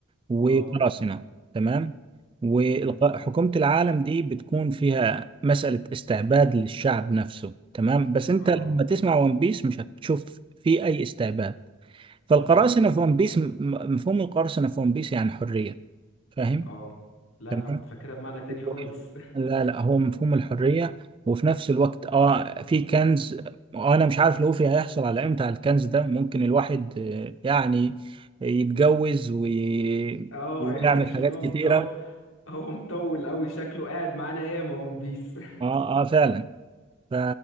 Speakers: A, on the right; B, on the left.
A: وقراصنة
B: اه
A: تمام وحكومة
B: مم.
A: العالم دي بتكون فيها مسألة استعباد للشعب نفسه تمام بس انت
B: اه
A: لما تسمع ون بيس مش هتشوف في اي استعباد فالقراصنة
B: بالظبط اه
A: في ون بيس م- مفهوم القراصنة في ون بيس يعني حرية فاهم
B: اه لا
A: تمام
B: انا كنت فاكرها بمعنى تاني
A: هو-
B: خالص
A: لا لا هو مفهوم الحرية وفي نفس الوقت اه في كنز انا مش عارف لوفي هيحصل على امتى على الكنز ده ممكن الواحد آه، يعني يتجوز ويعمل
B: <laughs> اه عشان
A: حاجات
B: هو
A: كتيرة
B: مطول هو مطول قوي شكله قاعد معانا ياما ون بيس
A: اه اه فعلا ف...